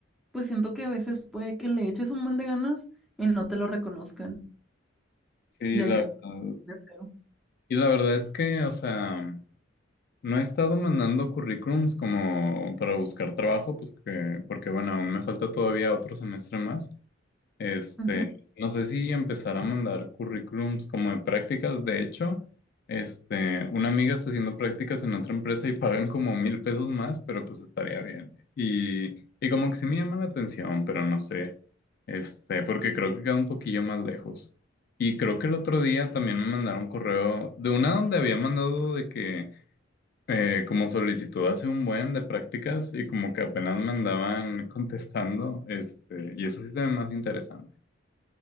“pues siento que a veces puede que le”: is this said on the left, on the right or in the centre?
Centre